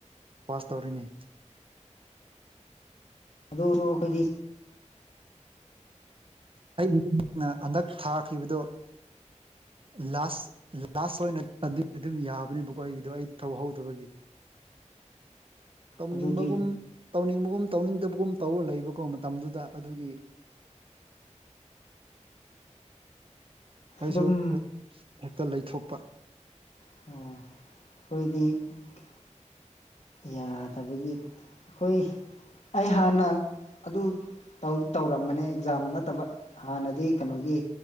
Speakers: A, on the right (about 45°); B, on the left (about 55°).
A: ꯄꯥꯁ ꯇꯧꯔꯦꯅꯦ
B: ꯑꯗꯣ ꯗꯣ ꯈꯣꯏꯗꯤ
A: ꯑꯩꯕꯨꯗꯤ ꯅ ꯍꯟꯗꯛ ꯊꯥꯈꯤꯕꯗꯣ ꯂꯥꯁ ꯂꯥꯁ ꯑꯣꯏꯅ ꯑꯗꯨꯏ ꯑꯗꯨꯝ ꯌꯥꯕꯅꯦꯕꯀꯣ ꯑꯩꯒꯤꯗꯣ ꯑꯩ ꯇꯧꯍꯧꯗꯕꯒꯤ ꯇꯧꯅꯤꯡꯕꯒꯨꯝ
B: ꯑꯗꯨꯗꯤ
A: ꯇꯧꯅꯤꯡꯕꯒꯨꯝ ꯇꯧꯅꯤꯡꯗꯕꯒꯨꯝ ꯇꯧꯔ ꯂꯩꯕꯀꯣ ꯃꯇꯝꯗꯨꯗ ꯑꯗꯨꯒꯤ ꯑꯩꯁꯨ
B: ꯑꯗꯨꯝ
A: ꯍꯦ ꯍꯦꯛꯇ ꯂꯩꯊꯣꯛꯄ
B: ꯑꯣ ꯑꯩꯈꯣꯏꯗꯤ ꯌꯥꯗꯕꯒꯤ ꯈꯣꯏ ꯑꯩ ꯍꯥꯟꯅ ꯑꯗꯨ ꯇꯧ ꯇꯧꯔꯝꯕꯅꯦ ꯑꯦꯛꯖꯥꯝ ꯅꯠꯇꯕ ꯍꯥꯟꯅꯗꯤ ꯀꯅꯣꯒꯤ